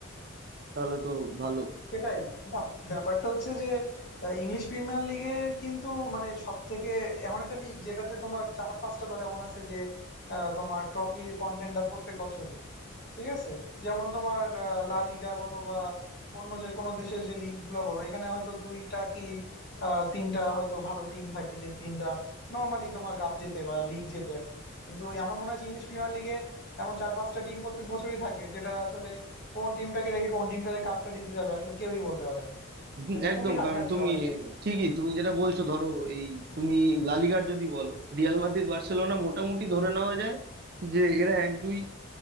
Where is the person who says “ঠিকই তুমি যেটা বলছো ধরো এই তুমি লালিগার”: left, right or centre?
Right